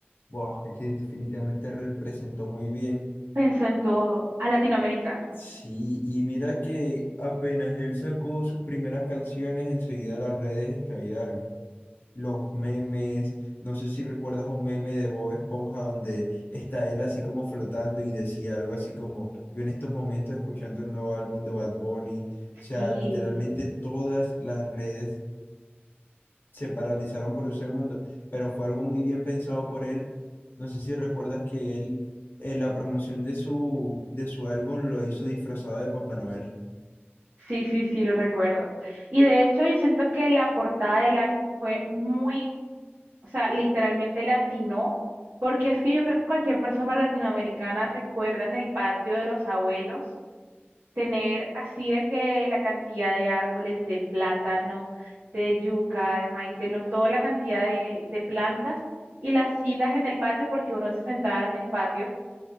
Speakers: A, on the left; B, on the right.
A: Wow, es que definitivamente representó muy bien
B: Pensó en todo, a Latinoamérica.
A: Sí, y mira que apenas él sacó sus primeras canciones, enseguida las redes estallaron. Los memes, no sé si recuerdas un meme de Bob Esponja donde está él así como flotando y decía algo así como, yo en estos momentos escuchando el nuevo álbum de Bad Bunny. O sea,
B: Sí.
A: literalmente todas las redes se paralizaron por un segundo, pero fue algo muy bien pensado por él. No sé si recuerdas que él, eh, la promoción de su, de su álbum lo hizo disfrazado de Papá Noel.
B: Sí, sí, sí, lo recuerdo. Y de hecho, yo siento que la portada del álbum fue muy, o sea, literalmente latino, porque es que yo creo que cualquier persona latinoamericana recuerda en el patio de los abuelos tener así de que la cantidad de árboles de plátano, de yuca, de maíz, de lo, toda la cantidad de, de plantas y las sillitas en el patio, porque uno se sentaba en el patio